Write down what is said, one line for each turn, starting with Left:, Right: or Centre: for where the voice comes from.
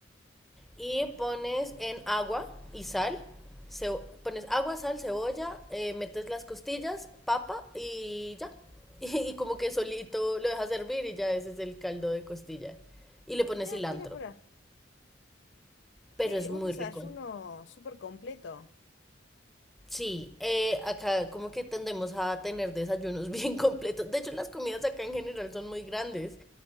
Centre: y pones en agua y sal. Ce- pones agua, sal, cebolla, eh, metes las costillas, papa y ya. <laughs> Y, como que solito lo dejas hervir y ya ese es el caldo de costilla. Y le pones
Left: mirá,
Centre: cilantro.
Left: qué locura,
Centre: Pero
Left: qué,
Centre: es muy
Left: un desayuno
Centre: rico.
Left: súper completo.
Centre: Sí, eh, acá como que tendemos a tener desayunos <laughs> bien completos. De hecho, las comidas acá en general son muy grandes.